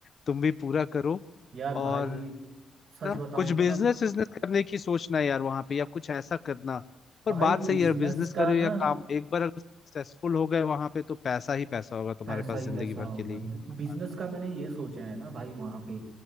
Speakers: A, on the left; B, on the right.
A: तुम भी पूरा करो
B: यार भाई
A: और
B: सच
A: ना
B: बताऊँ
A: कुछ
B: तो
A: बिजनेस
B: ना
A: बिजनेस करने की सोचना है यार वहां पे या कुछ ऐसा करना पर
B: भाई
A: बात सही
B: बिजनेस
A: है यार बिजनेस
B: का
A: करो
B: ना
A: या काम एक बार अगर सक्सेसफुल हो गए वहां पे तो पैसा ही पैसा होगा तुम्हारे
B: पैसा
A: पास
B: ही
A: जिंदगी
B: पैसा
A: भर
B: होगा
A: के लिए ये तो मैं
B: बिजनेस
A: मानता
B: का मैंने ये सोचा है ना भाई वहाँ पे